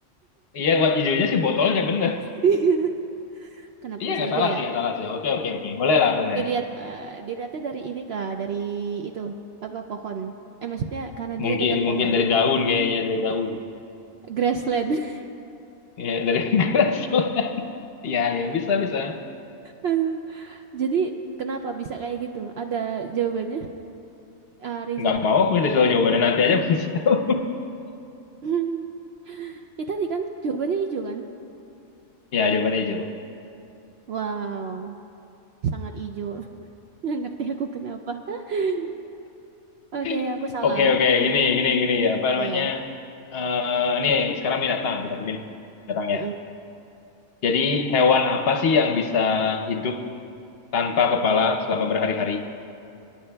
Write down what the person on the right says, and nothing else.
<laughs> Kenapa
bisa
hijau
ya?
Dilihat eh, dilihatnya dari ini Kak, dari itu apa pohon. Eh maksudnya karena dia
deket
pohon.
Grassland. <laughs>
Aduh. Jadi kenapa bisa kayak gitu? Ada jawabannya? Ah, reasoning.
<laughs> Ya tadi kan jawabannya hijau kan?
Wow, sangat hijau. <laughs> Nggak ngerti aku kenapa. <laughs> Oke,
aku salah.
Oh,
ya.
Heeh.